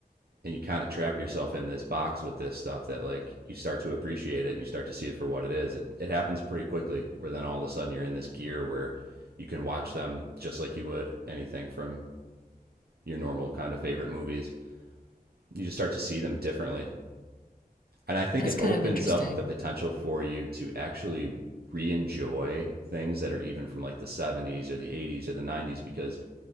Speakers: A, on the right; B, on the left.
A: and you kind of trap yourself in this box with this stuff that like you start to appreciate it and you start to see it for what it is. It, it happens pretty quickly where then all of a sudden you're in this gear where you can watch them just like you would anything from your normal kind of favorite movies. You just start to see them differently. And I think
B: That's
A: it
B: kind
A: opens
B: of interesting.
A: up the potential for you to actually re enjoy things that are even from like the 70s or the 80s or the 90s because